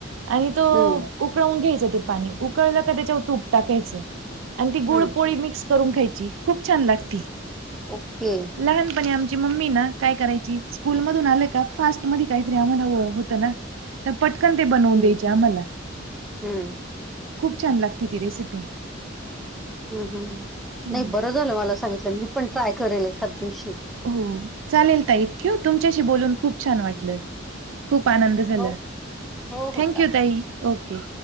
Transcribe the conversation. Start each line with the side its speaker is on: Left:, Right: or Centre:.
Right: आणि तो
Centre: हं,
Right: उकळवून घ्यायचं ते पाणी उकळलं का त्याच्यावर तुप टाकायचं आणि ती गुळ
Centre: हं.
Right: पोळी मिक्स करून खायची खूप छान लागती
Centre: ओके
Right: लहानपणी आमची मम्मी ना काय करायची स्कूल मधून आलं का फास्ट मध्ये काहीतरी आम्हाला होतं ना तर पटकन ते बनवून
Centre: हं,
Right: द्यायची आम्हाला
Centre: हं,
Right: खूप छान लागते ती रेसिपी
Centre: हम् हम
Right: हम्म.
Centre: नाही बरं झालं मला सांगितलं मी पण ट्राय करेल एखाद दिवशी
Right: हो चालेल ता एकत ठ्यू तुमच्याशी बोलून खूप छान वाटलं. खूप आनंद झाला
Centre: हो, हो, हो.
Right: थँंक
Centre: चालेल.
Right: यू ताई ओके.